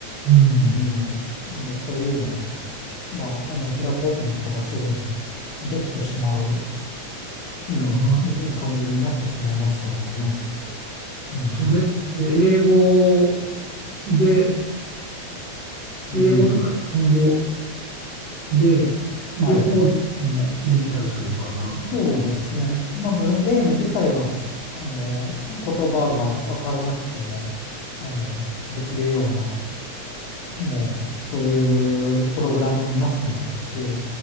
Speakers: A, on the right; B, on the left.
A: うん。
B: うん。あの、そういうのを、まあ、あの、開こうと思ったらすぐにできてしまう、うん、
A: ああ、
B: うん感じになってしまいましたもんね。うん。
A: それって英語で、
B: うん。
A: 英語とか日本語で、両方でもできたりするのかな。
B: はい。そうですね。まずゲーム自体は、あの、言葉がわからなくても、あの、できるような、もう、そういうプログラムになってますし、